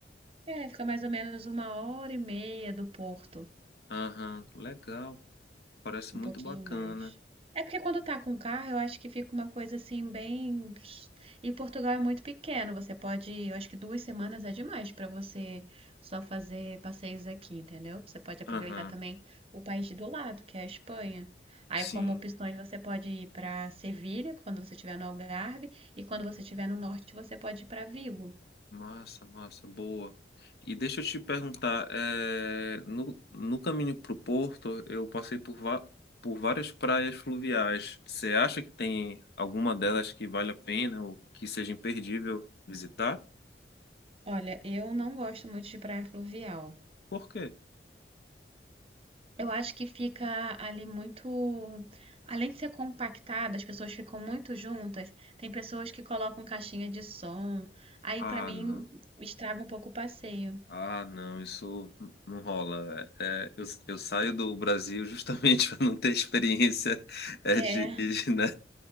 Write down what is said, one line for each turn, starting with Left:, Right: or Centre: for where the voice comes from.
Right: É, fica mais ou menos uma hora e meia do porto.
Left: Aham, legal. Parece
Right: Um
Left: muito
Right: pouquinho
Left: bacana.
Right: mais. É porque quando tá com carro, eu acho que fica uma coisa assim bem. E Portugal é muito pequeno, você pode, eu acho que duas semanas é demais pra você só fazer passeios aqui, entendeu? Você pode aproveitar
Left: Aham,
Right: também o país do lado, que é a Espanha. Aí,
Left: sim.
Right: como opções, você pode ir pra Sevilha, quando você estiver no Algarve, e quando você estiver no norte, você pode ir pra Vigo.
Left: Massa, massa, boa. E deixa eu te perguntar, eh, no, no caminho para o Porto, eu passei por, va- por várias praias fluviais. Você acha que tem alguma delas que vale a pena ou que seja imperdível visitar?
Right: Olha, eu não gosto muito de praia fluvial.
Left: Por quê?
Right: Eu acho que fica ali muito. Além de ser compactado, as pessoas ficam muito juntas. Tem pessoas que colocam caixinha de som. Aí,
Left: Ah,
Right: pra mim,
Left: não.
Right: estraga um pouco o passeio.
Left: Ah, não, isso não rola. É, eu, eu saio do Brasil justamente <laughs> para não ter experiência é,
Right: É,
Left: de, de, né,